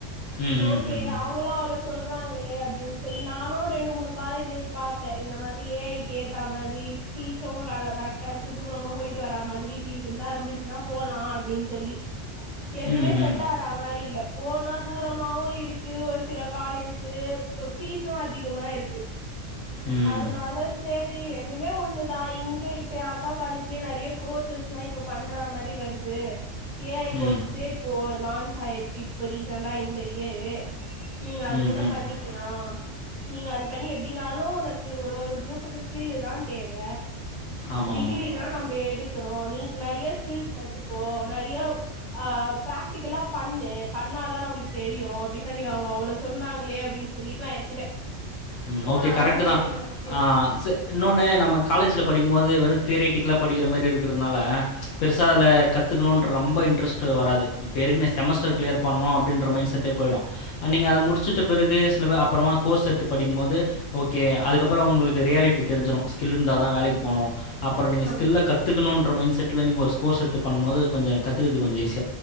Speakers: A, on the left; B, on the right.
A: ம்,
B: ஓகே
A: ம், ம், ம்.
B: அவங்களு அவ்ளோ சொல்றாங்களே அப்டின்னு சொல்லி நானு ரெண்டு மூணு காலேஜ் ஏறி பாத்தே இந்த மாதிரி ஏ ஐ க்கு ஏ த்தா மாதிரி ஃபீஸு க கரெக்டா இருக்கு தூரமு போயிட்டு வரா மாதிரி ஃபீசபிளா இருந்துச்சுன்னா போலா அப்டின்னு சொல்லி எதுமே
A: ம் ம்
B: செட் ஆகறா மாரி இல்ல போனா தூரமாவு இருக்கு ஒரு சில காலேஜு அ ஃபீஸு அதிகமா இருக்கு
A: ம்
B: அதனால சே ரி ரெண்டுமே ஒண்ணுதா இங்க இப்ப ஏ அக்கா காலேஜ்லயே நெறைய கோர்சஸ்லா இப்ப பண்றா மாரி வருது ஏ ஐ கோர்சஸே
A: ம் ம்
B: இப்போ லான் ச் ஆயிருக்கு இப்ப ரீசண்டா இந்த இயரு நீங்க அது
A: ம்
B: கூட
A: ம்
B: பண்ணிக்லா நீங்க அது பண்ணி எப்டினாலு உனக் கு ஒரு ஒரு குரூப்புக்கு ஸ்கில்லுதா தேவ
A: ஆமாம்
B: டிகிரிதா
A: ஆமாம்
B: நம்ப எடு க்கறோ நீ நெறைய ஸ்கில்ஸ் கத்துக்கோ நெறைய ஆ ப்ராக்டிக்கலா பண்ணு பண்ணாதா நம்மளுக்கு தெரியு அப்டி னு அன்னக்கி அவங்கோ அவ்ளோ சொன்னாங்களே அப்டின்னு சொல்லிட்டு நா எடுத்துட்டே
A: ம்
B: போனாதா
A: ஓகே கரெக்ட்டுதா
B: தெரியு ஃபர்ஸ்ட் இயர்
A: ஆ செ இன்னொன்னு நம்ம காலேஜ்ல படிக்கும்போது வெறு தியரிட்டிக்கலா படிக்கிற மாரி இருக்குறதுனால பெருசா அதுல கத்துக்கணுன் ற ரொம்ப இன்ட்ரஸ்ட்டு வராது அ பேருக்குனே செமஸ்டர் க்ளியர் பண்ணு அ ப்டின்ற மைண்ட் செட்டே போயிடு ஆ நீங்க அத முடிச்சிட்ட பிறகு சொன்ன மாரி அப்பறமா கோர்ஸ் எடு த்து படிக்கும்போது ஓகே அதுக்கப்புறோ உங்களுக்கு ரியாலிட்டி தெரிஞ்சுரு ஸ் கில் இருந்தாதா வேலைக்கி
B: ஆமா
A: போகணு அப்புற நீங்க
B: ஆ
A: ஸ்கில்ல கத்துக்கணுன் ற மைண்ட் செட்ல நீங்க ஒரு ஸ் கோர்ஸ் எடுத்து பண்ணும் போது கொஞ்சோ கத்துக்கறது கொஞ்சோ ஈஸி